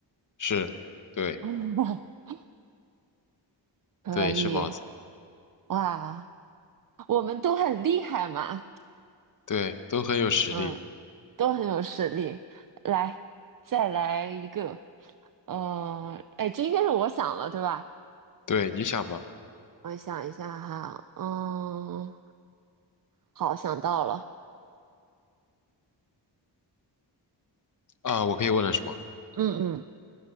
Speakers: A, on the left (about 45°); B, on the right (about 50°).
A: 是，对，
B: <laughs> 可以，
A: 对，是帽子，
B: 哇，我们都很厉害嘛，
A: 对，都很有实力。
B: 嗯，都很有实力。来，再来一个，呃，哎，这应该是我想了，对吧？
A: 对，你想吗？
B: 我想一下哈，嗯，好，想到了，
A: 啊，我可以问了是吗？
B: 嗯嗯，